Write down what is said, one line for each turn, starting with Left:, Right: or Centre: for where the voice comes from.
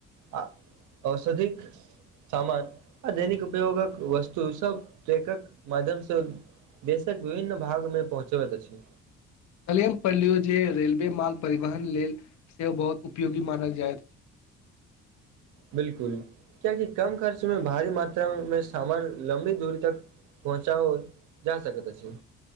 Right: आ औषधिक सामान आ दैनिक उपयोगक वस्तु सभ ट्रकक माध्यमसँ देशक विभिन्न भागमे पहुँचबैत अछि।
Left: कलेम पढ़ लियौ जे रेलवे माल परिवहन लेल सेहो बहुत उपयोगी मानल जाइत।
Right: बिलकुल कियकि कम खर्चमे भारी मात्रामे सामान लम्बी दूरी तक पहुँचाअल जा सकैत अछि।